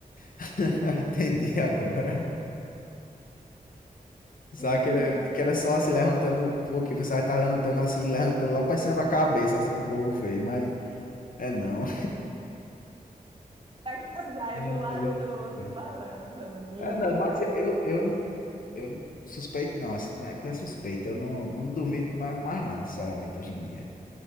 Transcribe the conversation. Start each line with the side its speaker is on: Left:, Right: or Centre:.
Left: <laughs> entendi agora. Pensava
Right: Menina.
Left: que era que era só se levantando um pouquinho, pensava que estava levantando assim, levantando lá pra cima da cabeça, assim, para o povo ver, mas é não.
Right: Pega a saia
Left: Ah,
Right: do lado
Left: loucura.
Right: e do outro e balança, menino.
Left: É não, mas eu eu eu não eu não suspeito não, assim, não é que é suspeito, eu não não duvido mais mais nada sinceramente hoje em dia.